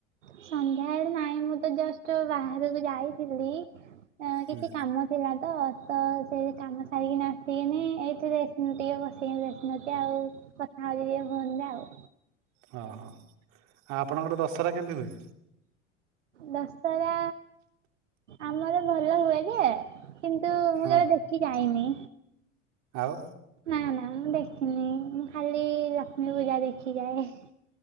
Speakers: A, on the right; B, on the right.
A: ସନ୍ଧ୍ୟାବେଳେ ନାଇଁ ମୁଁ ତ ଜଷ୍ଟ ବାହାରକୁ ଯାଇଥିଲି ଏ
B: ହୁଁ
A: କିଛି କାମ ଥିଲା ତ ତ ସେ କାମ ସାରିକିନା ଆସିକିନି ଏଇଠି ରେଷ୍ଟ ଟିକେ ବସିକିନି ରେଷ୍ଟ ନଉଚି ଆଉ। କଥା ହଉଚି ଟିକେ ଫୋନରେ ଆଉ।
B: ହଁ ହଁ ଆଉ ଆପଣଙ୍କର ଦଶହରା କେମିତି ହୁଏ?
A: ଦଶରା ଆମର ଭଲ ହୁଏ ଯେ କିନ୍ତୁ
B: ହଁ
A: ମୁଁ କେବେ ଦେଖି ଯାଇନି।
B: ଆଉ।
A: ନା ନା ମୁଁ ଦେଖିନି ମୁଁ ଖାଲି ଲକ୍ଷ୍ମୀ ପୂଜା ଦେଖିଯାଏ।